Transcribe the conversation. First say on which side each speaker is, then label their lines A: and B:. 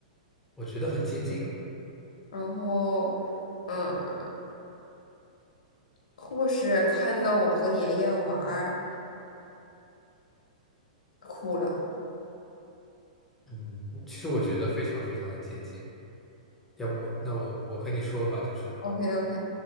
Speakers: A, in the centre; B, on the left.
A: 我觉得很接近了。
B: 然后，嗯，护士看到我和爷爷玩儿，哭了。
A: 嗯，我其实我觉得非常非常的接近。要不，那我我和你说吧，就是
B: o k o k